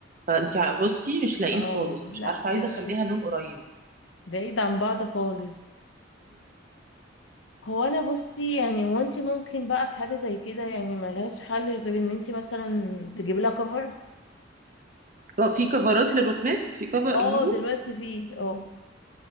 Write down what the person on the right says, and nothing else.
فأنت بصي مش لاقين
خالص مش
عارفة عايزة
أخليها لون قريب
ك- في كفرات للركنات في كفر
اجيبه